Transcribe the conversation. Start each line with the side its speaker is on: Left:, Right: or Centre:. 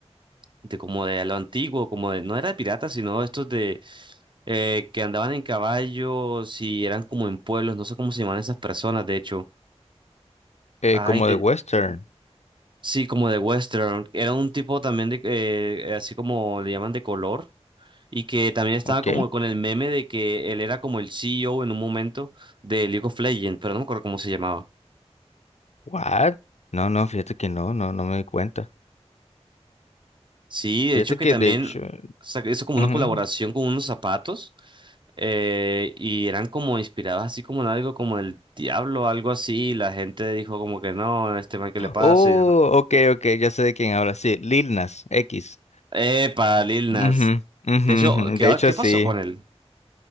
Right: de como de lo antiguo, como de, no era de piratas, sino estos de eh, que andaban en caballos y eran como en pueblos, no sé cómo se llaman esas personas, de hecho.
Left: Eh,
Right: Ay,
Left: como de western.
Right: Sí, como de western. Era un tipo también de, eh, así como le llaman de color. Y que también estaba
Left: Ok.
Right: como con el meme de que él era como el C. E O. en un momento de League of Legends, pero no me acuerdo cómo se llamaba.
Left: What? No, no, fíjate que no, no, no me di cuenta.
Right: Sí, de
Left: Fíjate
Right: hecho que
Left: que
Right: también
Left: de hecho.
Right: sa- hizo como
Left: ujú.
Right: una colaboración con unos zapatos eh, y eran como inspirados así como en algo como el diablo, algo así. y la gente dijo como que no, este man que le pasa.
Left: Oh,
Right: Y demás.
Left: ok, ok, ya sé de quién habla. Sí, Lil Nas X.
Right: Epa, Lil
Left: Ujú,
Right: Nas.
Left: ujú,
Right: De hecho,
Left: ujú,
Right: ¿qué,
Left: De hecho,
Right: qué
Left: sí.
Right: pasó con él?